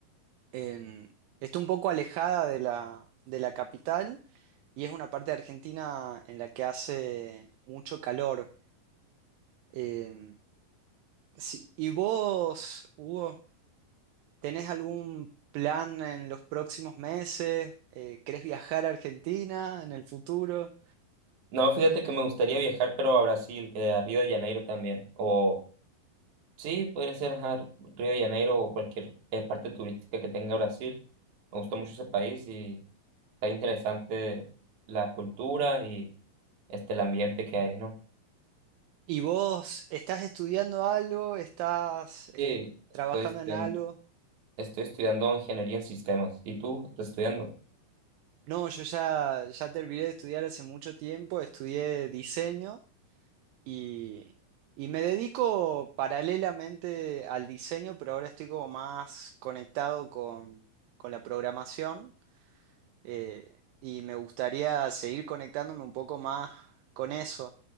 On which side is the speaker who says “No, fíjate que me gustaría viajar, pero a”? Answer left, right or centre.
Right